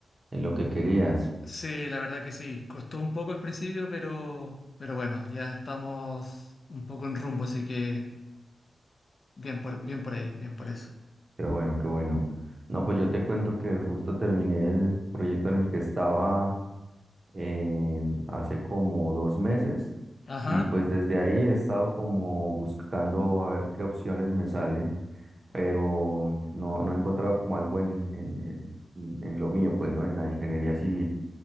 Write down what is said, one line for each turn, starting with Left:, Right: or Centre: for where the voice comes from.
Right: en lo que querías.
Left: Sí, la verdad que sí. Costó un poco al principio, pero, pero bueno, ya estamos un poco en rumbo, así que bien por, bien por ahí, bien por eso.
Right: Qué bueno, qué bueno. No, pues yo te cuento que justo terminé el proyecto en el que estaba eh, hace como dos meses
Left: Ajá.
Right: y pues desde ahí he estado como buscando a ver qué opciones me salen, pero no, no he encontrado como algo en, en, en- en- en lo mío, pues, ¿no? En la ingeniería civil,